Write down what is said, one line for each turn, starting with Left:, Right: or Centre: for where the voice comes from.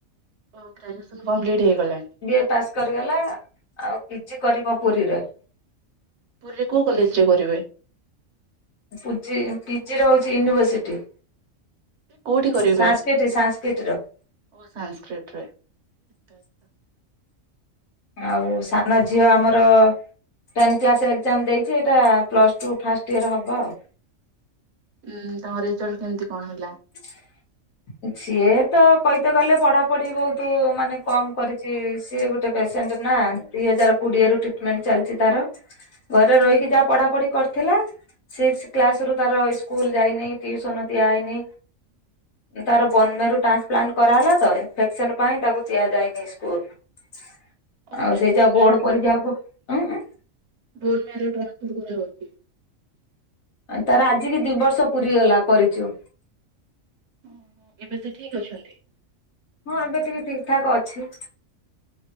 Right: ଓ ଗ୍ରାଜୁଏସନ କମ୍ପ୍ଲିଟ୍ ହେଇଗଲାଣି।
Left: ବି ଏ ପାସ୍ କରିଗଲା ଆଉ ପି ଜି କରିବ ପୁରୀରେ।
Right: ପୁରୀରେ କୋଉ କଲେଜ ରେ କରିବେ?
Left: ପୁଜି ପି ଜି ର ହଉଛି ୟୁନିଭର୍ସିଟି।
Right: କୋଉଠି କରିବେ?
Left: ସାନ୍ସ୍କିଟ ସାନ୍ ସ୍କିଟର।
Right: ଓ ସଂସ୍କ୍ରିଟରେ ଆଛା।
Left: ଆଉ ସାନ ଝିଅ ଆମ ର ଟେନ୍ କ୍ଲାସ ଏକ୍ସାମ୍ ଦେଇଛି ଏଇଟା ପ୍ଲସ୍ ଟୁ ଫାଷ୍ଟ ୟିଅର ହବ ଆଉ
Right: ଉଁ ତାଙ୍କ ରେଜଲ୍ଟ କେମିତି କଣ ହେଲା?
Left: <inaudible> ସିଏ ତ କହିତେ ଗଲେ ପଢାପଢି ବହୁତୁ ମାନେ କମ୍ କରିଛି ସିଏ ଗୋଟେ ଟେ ପେସେଣ୍ଟ ନା ଦି ହଜାର କୋଡିଏ ରୁ ଟ୍ରିଟମେଣ୍ଟ ଚାଲିଚି ତାର। ଘରେ ରହିକି ଯାହା ପଢା ପଢି କରିଥିଲା ସିକ୍ସ କ୍ଲାସ ରୁ ତାର ଇସ୍କୁଲ ଯାଇନି ଟିୁସନ ଦିଆ ହେଇନି। ତାର ବନମେରୁ ଟ୍ରାନ୍ସପ୍ଲାଣ୍ଟ କରା ହେଲା ତ ଇନଫେକ୍ସନ ପାଇଁ ତାକୁ ଦିଆଯାଇନି ସ୍କୁଲ।
Right: ଓହୋ
Left: ଆଉ ସେଇ
Right: ବୋନ
Left: ଯା
Right: ମ୍ୟାରୋ
Left: ବୋଡ ପରୀକ୍ଷାକୁ ଉଁ ଉଁ।
Right: ବୋନ୍ ମ୍ୟାରୋ ଟ୍ରାନ୍ସଫର କରାଯାଉ ଅଛି।
Left: ତାର ଆଜିି କି ଦି ବର୍ଷ ପୁରୀ ଗଲା କରିଚୁ।
Right: ଓହୋ ଏବେ ସେ ଠିକ ଅଛନ୍ତି?
Left: ହଁ ଏବେ ଟିକେ ଠିକ୍ ଠାକ୍ ଅଛି।